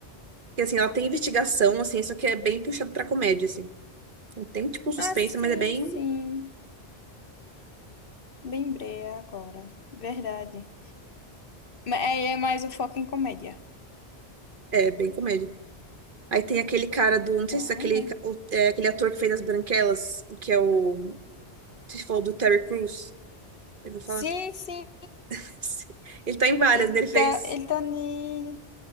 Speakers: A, on the right; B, on the left.
A: Que assim, ela tem investigação, assim, só que é bem puxado pra comédia, assim. Não tem, tipo, um suspense,
B: Ah, sim,
A: mas é bem.
B: sim. Lembrei agora. Verdade. Ma- É, é mais o foco em comédia.
A: É, bem comédia. Aí tem aquele cara do. Não sei
B: Ah.
A: se é aquele, ca- o- é aquele ator que fez As Branquelas, que é o. Você falou do Terry Crews. Eu vou falar.
B: Sim, sim.
A: <laughs> Ele tá em várias,
B: Ele
A: né? Ele fez.
B: tá, ele tá ne...